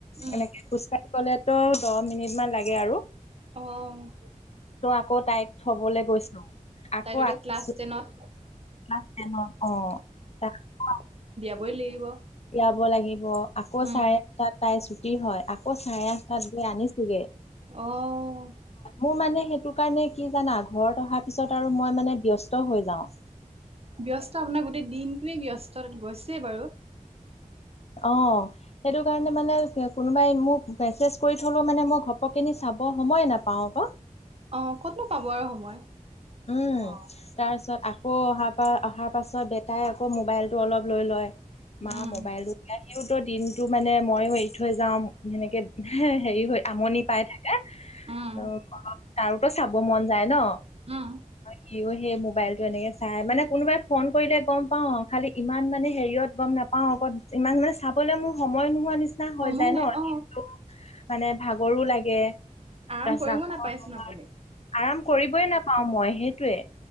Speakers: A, on the right; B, on the left.
A: উম
B: এনেকে খোজ কাঢ়ি গলেতো দহ মিনিট মান লাগে আৰু।
A: অ'
B: ত, আকৌ তাইক থবলৈ গৈছ আকৌ
A: তাইতো এতিয়া
B: আহিছো।
A: ক্লাছ টেনত
B: ক্লাছ টেনত অ, <unintelligible>
A: কবই লাগিব।
B: উলিয়াব লাগিব আকৌ
A: উম
B: চাৰে আঠটাত তাই ছুটি হয়। আকৌ চাৰে আঠ গৈ আনিছোগে
A: অ'
B: মোৰ মানে। সেইটো কাৰণে কি জানা ঘৰত অহাৰ পিছত আৰু মই মানে বেস্ত হৈ যাও।
A: বেস্ত আপোনাৰ গোটেই দিনটোৱে ব্যস্ত তাত গৈছে বাৰু।
B: অ', সেইটো কাৰণে মানে কোনোবাই মোক মেছেজ কৰি থলেও মানে মই ঘপকিনি চাব সময় নাপাও আক।
A: অ, ক'তনো পাব আৰু সময়।
B: উম,
A: অ
B: তাৰপিছত আকৌ অহাৰ পাছত - অহাৰ পাছত বেটাই আকৌ মোবাইলটো অলপ লৈ লয় মা
A: উম
B: মোবাইলতটো চাই। ইওটো দিনটো মানে, মইও এৰি থৈ যাও সেনেকে হে হেৰি, হ'য়। আমনি পাই থাকে।
A: উম
B: ত' তাৰোটো চাব মন যায় ন'?
A: উম
B: সিও সেই মোবাইলটো এনেকে চাই। মানে, কোনোবাই ফোন কৰিলে গম পাও আও। খালি ইমান মানে হেৰিয়ত গম নাপাও আক'। ইমান মানে, চাবলৈ মোৰ সময় নোহোৱা নিচি নিচিনা হৈ
A: সময়
B: যায়
A: নাই
B: ন'।
A: অ
B: দিনটোত মানে ভাগৰো লাগে। <unintelligible>
A: আৰাম কৰিব নাপাইচোন
B: তোমাৰ।
A: আপুনি
B: আৰাম কৰিবই নাপাওঁ মই। সেইটোৱে